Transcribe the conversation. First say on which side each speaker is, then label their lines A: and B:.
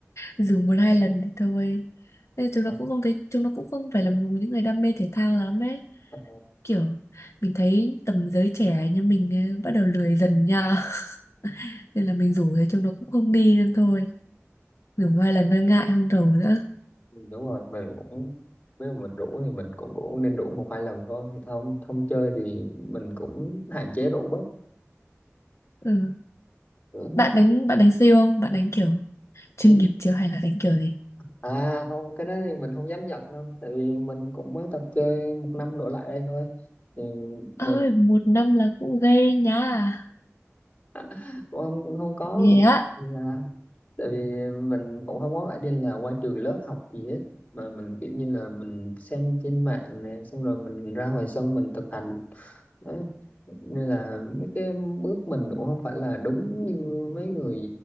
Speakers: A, on the left; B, on the left.
A: dùng một hai lần thì thôi nên là chúng
B: Ờ,
A: nó cũng không thấy chúng nó cũng không phải là một những người đam mê thể thao lắm ấy
B: ờ,
A: kiểu mình thấy tầm giới trẻ như mình ấy, bắt đầu lười dần nha <laughs> nên là mình rủ thì chúng nó cũng không đi nên thôi dùng hai lần thôi ngại không rủ nữa
B: Ừ, đúng rồi mình cũng nếu mà mình rủ thì mình cũng cũng nên rủ một hai lần thôi không không chơi thì mình cũng hạn chế rủ bớt
A: ừ.
B: Ừ,
A: bạn đánh bạn đánh siêu không bạn đánh kiểu chuyên
B: ừ.
A: nghiệp chưa hay là đánh kiểu gì
B: à không cái đó thì mình không dám nhận đâu tại vì mình cũng mới tập chơi một năm đổ lại đây thôi thì mình
A: ơi một năm là cũng ghê nha
B: <laughs> cũng không cũng không có
A: ghê
B: cũng
A: á
B: là tại vì mình cũng không có phải đi là qua trường lớp học gì hết mà mình kiểu như là mình xem trên mạng này xong rồi mình ra ngoài sân mình thực hành Đấy. Nên là mấy cái bước mình cũng không phải là đúng như mấy người